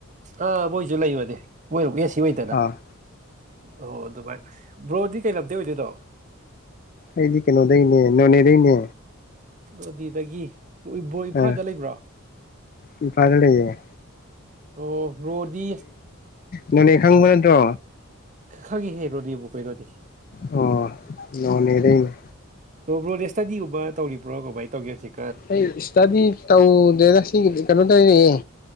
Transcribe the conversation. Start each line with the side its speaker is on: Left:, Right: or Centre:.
Right: ꯑ ꯣꯏꯁꯨ ꯂꯩ ꯃꯗꯤꯦꯣꯏ ꯌꯦꯁ ꯁꯤ ꯃꯩꯇꯗ
Left: ꯑꯥ
Right: ꯑꯣ ꯑꯗꯨꯚꯥꯏ ꯕ꯭ꯔꯣꯗꯤ ꯀꯩ ꯂꯝꯗꯦ ꯑꯣꯏꯗꯣꯏꯗꯣ
Left: ꯑꯩꯗꯤ ꯀꯩꯅꯣꯗꯩꯅꯦ ꯅꯣꯅꯦꯗꯩꯅꯦ
Right: ꯑꯗꯨꯗꯤꯗꯗꯒꯤ ꯕꯣ ꯏꯝꯐꯥꯜꯗ
Left: ꯑꯥ
Right: ꯂꯩꯕ꯭ꯔꯥ
Left: ꯏꯝꯐꯥꯜꯗ ꯂꯩꯌꯦ
Right: ꯑꯣ ꯕ꯭ꯔꯣꯗꯤ
Left: ꯅꯪ ꯅꯩꯅꯈꯪꯕꯅꯠꯇꯣ
Right: ꯈꯪꯉꯦ ꯍꯦ ꯔꯣꯗꯤꯕꯨ ꯀꯣꯏꯔꯣꯗꯤ
Left: ꯑꯣ ꯅꯣꯅꯦꯗꯩꯅꯦ
Right: ꯑꯣꯣꯗꯤ ꯁ꯭ꯇꯗꯤꯒꯕ ꯇꯧꯔꯤꯕ꯭ꯔꯣ ꯕꯥꯥꯏ ꯇꯧꯒꯦ ꯁꯤꯦ
Left: ꯑꯩ ꯏꯁꯇꯗꯤ ꯇꯧꯗꯦꯅ ꯁꯤ ꯀꯩꯅꯣ ꯇꯧꯔꯌꯦꯦ